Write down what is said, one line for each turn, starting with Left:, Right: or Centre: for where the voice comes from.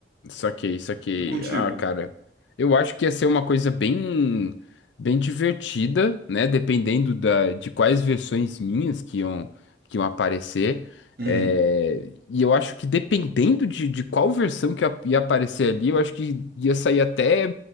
Left: Saquei, saquei.
Right: E contigo?
Left: Ah, cara, eu acho que ia ser uma coisa bem, bem divertida, né? Dependendo da, de quais versões minhas que iam, que iam aparecer.
Right: Uhum.
Left: É, e eu acho que dependendo de, de qual versão que ia ia aparecer ali, eu acho que ia sair até